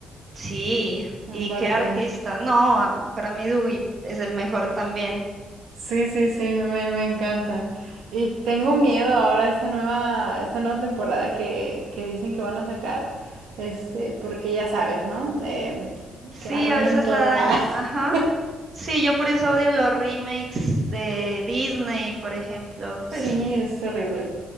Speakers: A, on the right; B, on the right.
A: Sí, y
B: Aparte.
A: qué artista. No, a- para mí Dewey es el mejor también.
B: Sí, sí, sí, me, me encanta. Y tengo miedo ahora a esta nueva, esta nueva temporada que, que dicen que van a sacar, este, porque ya sabes, ¿no? Eh,
A: Sí,
B: que arruinan
A: a veces
B: todo.
A: la dañan,
B: <laughs>
A: ajá. Sí, yo por eso odio los remakes de Disney, por ejemplo,
B: sí,
A: pues
B: es horrible.